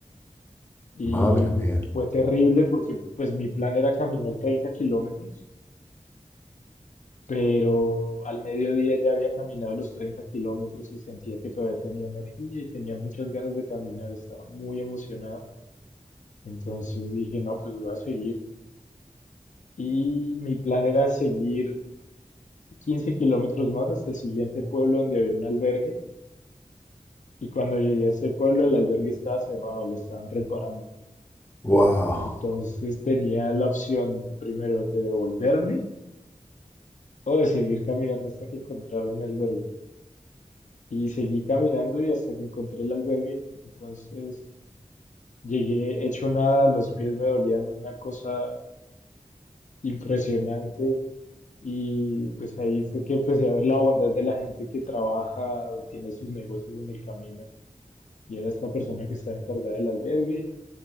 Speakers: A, on the left; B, on the left.
A: Y
B: Madre mía.
A: fue terrible porque pues mi plan era caminar 30 kilómetros, pero al mediodía ya había caminado los 30 kilómetros y sentía que todavía tenía energía y tenía muchas ganas de caminar, estaba muy emocionado. Entonces dije, no, pues voy a seguir. Y mi plan era seguir 15 kilómetros más hasta el siguiente pueblo donde había un albergue. Y cuando llegué a ese pueblo, el albergue estaba cerrado, lo estaban reparando.
B: Wow.
A: Entonces tenía la opción primero de devolverme o de seguir caminando hasta que encontrara un albergue. Y seguí caminando y hasta que encontré el albergue. Entonces llegué hecho nada, los pies me dolían una cosa impresionante y pues ahí fue que empecé a ver la bondad de la gente que trabaja o tiene sus negocios en el camino. Y era esta persona que estaba encargada del albergue